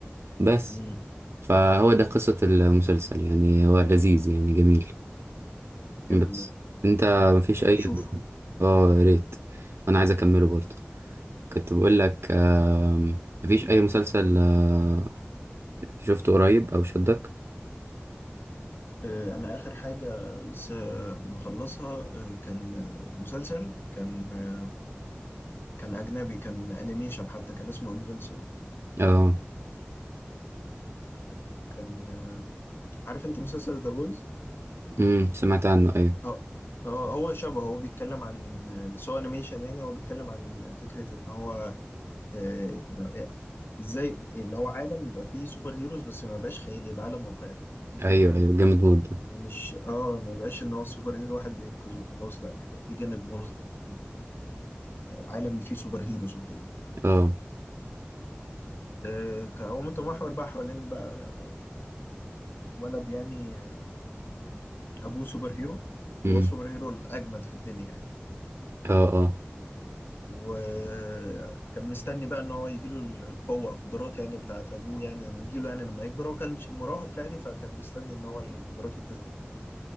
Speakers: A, on the right; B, on the left.
A: بس
B: امم
A: فهو ده قصة المسلسل يعني هو لذيذ يعني جميل
B: حلو
A: بس
B: ده
A: انت مفيش
B: هبقى
A: اي
B: أشوفه
A: اه يا ريت وانا عايز اكمله برضه كنت بقول لك آم، مفيش اي مسلسل آه، شفته قريب او شدك
B: آه، أنا آخر حاجة لسه مخلصها آه، كان آه، مسلسل كان آه، كان أجنبي كان أنيميشن حتى كان اسمه انفنسبل
A: اه
B: كان آه، عارف أنت مسلسل ذا بويز؟
A: امم سمعت عنه ايوه
B: اه اه هو شبه هو بيتكلم عن بس هو انيميشن يعني هو بيتكلم عن فكرة ان هو آه، ازاي اللي هو عالم يبقى فيه سوبر هيروز بس ما يبقاش خيالي يبقى عالم واقعي يوريك
A: ايوه ايوه جامد موت ده
B: ان مش اه ما يبقاش ان هو سوبر هيرو واحد بينقذ وخلاص لا بيبقى فيه جانب مظلم يعني آه، عالم فيه سوبر هيروز وكده
A: اه
B: آه، كان هو متمحور بقى حوالين بقى ولد يعني آه، ابوه سوبر هيرو
A: امم
B: هو السوبر هيرو الاجمد في الدنيا يعني
A: اه اه
B: وكان مستني بقى ان هو يجيله القوه القدرات يعني بتاعت ابوه يعني لما تجيله يعني لما يكبر هو كان مراهق يعني فكان مستني ان هو قدراته تظهر والكلام ده